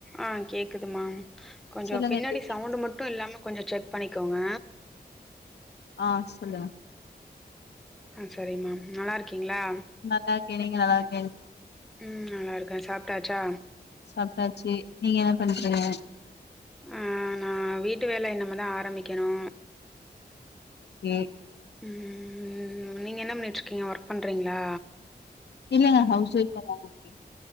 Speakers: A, in the centre; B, on the left.
A: ஆ கேக்குதுமா கொஞ்சோ
B: சொல்லுங்க
A: பின்னாடி
B: எப்டி இருக்கீங்க
A: சவுண்டு மட்டு இல்லாம கொஞ்சோ செக் பண்ணிக்கோங்க
B: ஆ சொல்லுங்க
A: ஆ செரிங்க மேம் நல்லா இருக் கிங்ளா
B: நல்லா நீங்க நல்லா இருக்
A: உம் நல்லா இருக்கே சாப்ட்டாச்சா
B: சாப்ட்டாச்சு நீங்க என்ன பண்றீங்க
A: ஆ நா வீட் ட்டு வேல இன்னமேதா ஆரம்பிக்கணு
B: ம்
A: உம் நீங்க என்ன பண்ணிட்டு இருக்கீங்க ஒர்க் பண்றீங்ளா
B: இல்லங்க ஹவுஸ் ஒய்ஃப்பா தாங்க இருக்கே